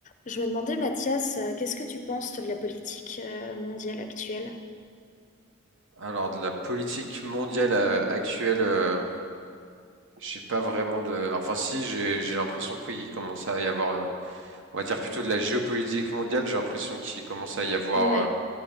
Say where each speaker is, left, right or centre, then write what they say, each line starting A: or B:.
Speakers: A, on the left; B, on the right.
A: Je me demandais, Mathias, euh, qu'est-ce que tu penses toi, de la politique euh, mondiale actuelle?
B: Alors de la politique mondiale euh, actuelle, euh, j'ai pas vraiment de. Enfin si, j'ai j'ai l'impression qu'il oui, commence à y avoir. euh, on va dire plutôt de la géopolitique mondiale. J'ai l'impression qu'il commence à y avoir
A: Ouais.
B: euh,